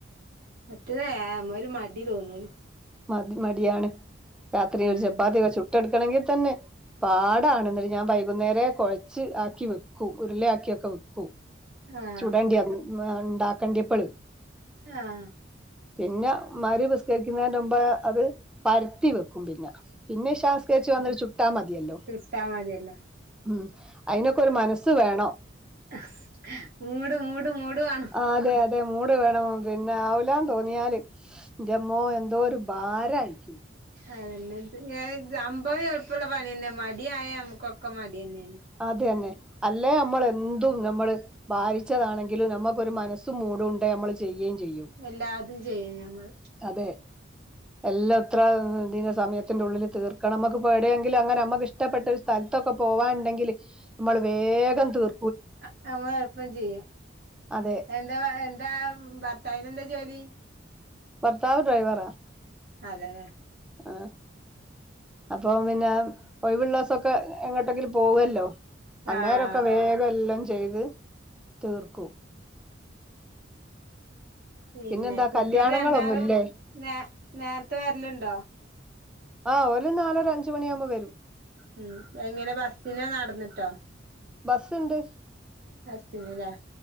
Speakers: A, on the right; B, in the centre.
A: മറ്റേത് ഏ ഒരു മടി തോന്നു
B: അത് മടിയാണ് രാത്രി
A: ഉം
B: ഒരു ചപ്പാത്തിയൊക്കെ ചു ട്ടടുക്കണങ്കി തന്നെ പാടാണ് ന്നട്ട് ഞാ വൈകുന്നേരേ കുഴച്ച് ആക്കി വെക്കും ഉരുള അ ക്യോക്കേ വെക്കും
A: ആഹ്
B: ചൂടണ്ട്യന്ന് ഹ് ണ്ടാക്കണ്ടിയപ്പോള്
A: ആഹ്
B: പിന്നെ മഹ്‌രിബ്സ്കരിക്കുന്നേന്റെമുമ്പേ അത് പരത്തി വെക്കും പിന്നെ പിന്നെ ഇഷാഹ് നിസ്കരിച്ച് വന്ന്ട്ട് ചുട്ടാ മതിയല്ലോ
A: ചുട്ടാ മതിയല്ലോ
B: ഉം അയിനൊക്കെ ഒരു മനസ്സ് വേണം
A: <unintelligible> മൂട് മൂട് വേണം
B: അതെ അതെ മൂട് വേണം പിന്നെ ആവൂല തോന്നിയാല് ന്റമ്മോ എന്തോ ഒരു ഭാരയിരിക്കും
A: അതന്നെ. ത് ഞാ ത് സംഭവം എളുപ്പൊ ള്ള പണിന്നെ. മടി ആയാ അമ്മക്കൊക്കെ മടി ന്നെണ്.
B: അതന്നെ. അല്ലേ അമ്മള് എന്തും നമ്മള് വാരിച്ചതാണെങ്കില് നമ്മക്കൊര് മനസ് മൂട് ഉണ്ടേൽ നമ്മൾ ചെയ്യുകയും ചെയ്യും
A: എല്ലാതും ചെയ്യും ഞമ്മള്
B: അതേ എല്ലാം ഇത്രദിന സമയത്തിന്റെ ഉള്ളില് തീർക്കണം അമ്മക്ക് പേടിയാങ്കില് അങ്ങനെ അമ്മക്ക് ഇഷ് ഇഷ്ടപ്പെട്ട ഒരു സ്ഥൽത്തൊക്കെ പോവാണ്ടെങ്കില് നമ്മള് വേഗം തീർ
A: അ അമ്മ പ്പം ചെയ്യും
B: അതെ
A: എന്താ വ എന്താ ഭർത്താവിനന്താ ജോലി
B: ഭർത്താവ് ഡ്രൈവറ.
A: അതതെ
B: ആഹ് അപ്പൊ പിന്നെ ഒയിവുള്ളാസൊക്കെ എങ്ങോട്ടെങ്കിലും പോവുവല്ലോ അന്നേരൊക്കെ
A: ആഹ്
B: വേഗം എല്ലും ചെയ്ത് തീർക്കും.
A: പിന്നെ
B: പിന്നെന്താ
A: കുട്ട്യേള്
B: കല്യാണങ്ങളൊന്നുംല്ലേ
A: രണ്ടാളും നേ നേരത്തെ വരലുണ്ടോ?
B: ആഹ് ഓര് നാലൊ അഞ്ച് മണിയാകുമോ വരും
A: ഉം എങ്ങനെ? ബസ്നോ നടന്നിട്ടോ?
B: ബസ്ണ്ട്
A: അസ്തിന് ലേ